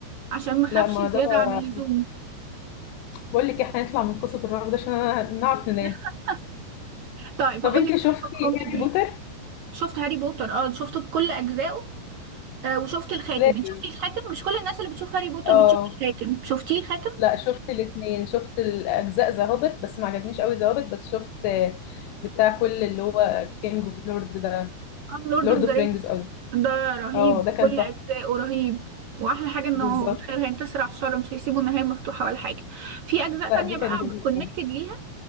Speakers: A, on the right (about 65°); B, on the left (about 80°).
A: عشان مخافش
B: لا ما
A: زيادة
B: ده بقى-
A: عن اللزوم
B: بقول لك احنا هنطلع من قصه الرعب ده عشان انا نعرف ننام
A: <laughs> طيب
B: طب
A: هقول
B: انت
A: لك فيلم
B: شفتي
A: كوميدي
B: هاري بوتر
A: شفت هاري بوتر اه شفته بكل اجزائه آه وشفت الخاتم
B: لازم
A: انت شفتي الخاتم مش كل الناس اللي بتشوف هاري بوتر
B: اه
A: بتشوف الخاتم شفتيه الخاتم
B: لا شفت الاثنين شفت الاجزاء ذا هوبت بس ما عجبنيش قوي ذا هوبت بس شفت آه، بتاع كل اللي هو كينج اوف لورد ده
A: اه لورد
B: لورد
A: اوف ذا
B: اوف
A: رينجز
B: رينجز قصدي
A: ده رهيب
B: اه ده كان
A: كل
B: تحفه
A: اجزائه رهيب واحلى حاجه انه
B: بالظبط
A: الخير هينتصر على الشر مش هيسيبوا النهايه مفتوحه ولا حاجه في اجزاء
B: لا
A: تانية
B: دي
A: بقى
B: كان جميل
A: كونكتد
B: قوي
A: ليها